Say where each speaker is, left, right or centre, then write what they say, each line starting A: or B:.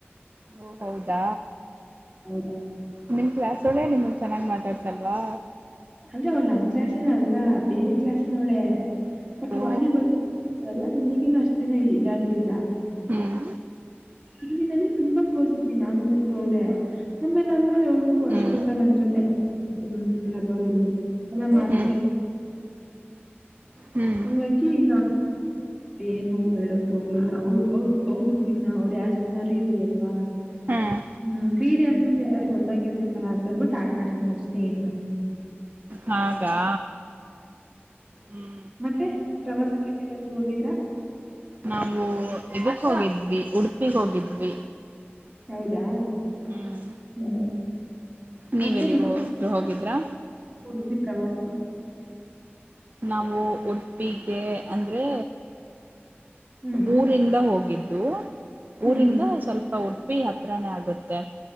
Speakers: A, on the right; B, on the right.
A: ಓ ಹೌದಾ
B: ಹೌದಾ
A: ನಿಮ್ಮ ಕ್ಲಾಸ ಒಳೆ ನಿಮಗೆ ಚೆನ್ನಾಗಿ ಮಾತಾಡ್ಸಲ್ವಾ.
B: ಅಂದ್ರೆ ಅವಳು ನಮ ಕ್ಲಾಸ ಏನ ಅಲ್ಲ. ಬೇರೆ ಕ್ಲಾಸ್ ನೋಳೆ ಬಟ್
A: ಓ
B: ವಾಲಿಬಾಲ್. ನನಗ ಅಷ್ಟೇನ ಇದಲಿಲ್ಲ
A: ಹ್ಮ್
B: ಶುರುವಿನಲ್ಲಿ ತುಂಬಾ ಓದ್ ನಾನು ಮತ್ತೆ ಒಳೆ ಆಮೇಲೆ ಆಮೇಲೆ.
A: ಹ್ಮ್
B: ಅಷ್ಟೆಲ್ಲ ನನ್ನ ಜೊತೆ ನ ಜೊತೆ ಬರು ಎಲ್ಲ ಮಾಡ್ತಾ
A: ಹ್ಮ್
B: ಇರ್ಲಿ.
A: ಹ್ಮ್
B: ಹಂಗಾಗಿ ನಾ ಏನು ಹೇಳಕ್ ಹೋಗ್ಲಿಲ್ಲ ಅವ ಅವ್ರದ ಅವ್ರದ್ದ ಜೀವನ ಅವ್ರ ಯ ಜತೆನ ಯಾರು ಇಲಿ ಅಲ್ವಾ.
A: ಹ್ಮ್
B: ಹ್ಮ್ ಕ್ರೀಡೆ ಅಂದ್ಮೇಲೆ ಎಲ್ಲಾರೂ ಒಂದಾಗಿರ್ಬೇಕಲ್ಲ ಅಂತ ಅಂದ್ಬಿಟ್ಟು ಆಟಾಡ್ತಾರೆ. ಷ್ಟೇ ಏನ್ ಇಲ್ಲ.
A: ಹಾಗಾ ಹ್ಮ
B: ಮತ್ತೆ ಪ್ರವಾಸಕ್ಕೆ ಎಲ್ಲಿಗಾದರೂ ಹೋಗಿದ್ರ.
A: ನಾವು ಇದಕ್ಕೆ ಹೋಗಿದ್ವಿ ಉಡುಪಿಗೆ ಹೋಗಿದ್ವಿ.
B: ಹೌದಾ ಹ್ಮ
A: ಹ್ಮ್ ನೀವ್
B: ಮತ್ತೆ
A: ಎಲ್ಲಿಗೋ
B: ಹೇಗೆ
A: ಹೋಗಿದ್ರಾ
B: ಉಡುಪಿ ಪ್ರವಾಸ
A: ನಾವು ಉಡುಪಿಗೆ ಅಂದರೆ
B: ಹ್ಮ್
A: ಊರಿಂದ ಹೋಗಿದ್ದು.
B: ಹ್ಮ್
A: ಊರಿಂದ ಸ್ವಲ್ಪ ಉಡುಪಿ ಹತ್ರಾನೇ ಆಗುತ್ತೆ.